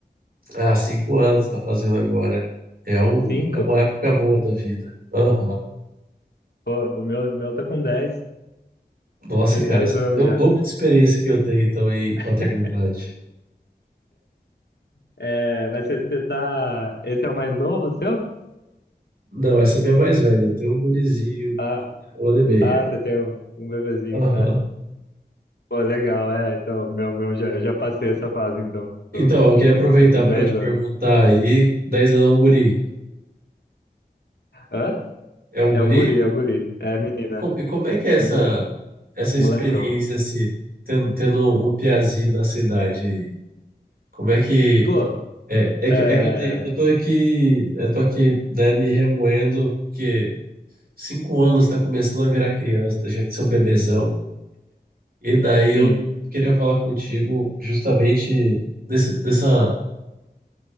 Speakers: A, on the right; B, on the left.
A: Ah, cinco anos tá fazendo agora. É um,
B: Cinco?
A: é uma época boa da vida. Aham.
B: Pô, o meu, o meu tá com dez.
A: Nossa,
B: Tem
A: cara,
B: dez
A: você
B: anos
A: tem o
B: já.
A: dobro de experiência que eu tenho, então, em
B: <laughs>
A: paternidade.
B: É, mas você você tá. Esse é o mais novo seu?
A: Não, essa é minha é mais velha. Eu tenho um gurizinho,
B: Ah,
A: um ano e meio.
B: ah, você tem um, um bebezinho.
A: Aham.
B: Ah, pô, legal, é. Então, meu, meu, já, eu já passei essa fase, então.
A: Então,
B: Tô,
A: eu queria aproveitar
B: tô com
A: para
B: 10
A: te perguntar
B: anos.
A: aí, 10 anos é um guri,
B: Hã?
A: é um
B: É
A: guri?
B: um guri, é um guri. É menina,
A: E, co- e como é que é essa,
B: é um guri.
A: essa
B: Molecão.
A: experiência, assim, tendo, tendo um piazinho da cidade aí? Como é que...
B: Pô,
A: É, é
B: é.
A: que, é que eu, tenho, eu tô aqui, eu tô aqui, né, me remoendo, porque cinco anos tá começando a virar criança, deixando de ser um bebezão. E daí eu
B: Sim.
A: queria falar contigo justamente desse, dessa...